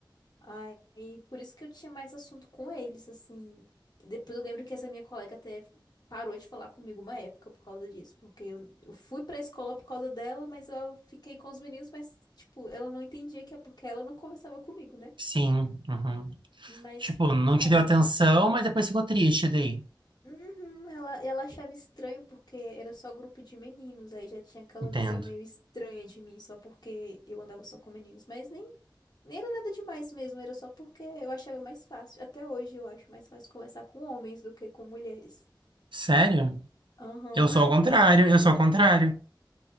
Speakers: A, on the left; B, on the right.
A: Aí, por isso que eu tinha mais assunto com eles, assim. Depois eu lembro que essa minha colega até parou de falar comigo uma época por causa disso, porque eu, eu fui pra escola por causa dela, mas eu fiquei com os meninos, mas, tipo, ela não entendia que é porque ela não conversava comigo, né?
B: sim, aham.
A: Mas,
B: Tipo, não
A: é.
B: te deu atenção, mas depois ficou triste daí.
A: Uhum, ela, ela achava estranho porque era só grupo de meninos, aí já tinha aquela
B: Entendo.
A: visão meio estranha de mim, só porque eu andava só com meninos, mas nem Nem era nada demais mesmo, era só porque eu achava mais fácil. Até hoje eu acho mais fácil conversar com homens do que com mulheres.
B: Sério?
A: Aham.
B: Eu sou ao contrário,
A: <laughs>
B: eu sou ao contrário.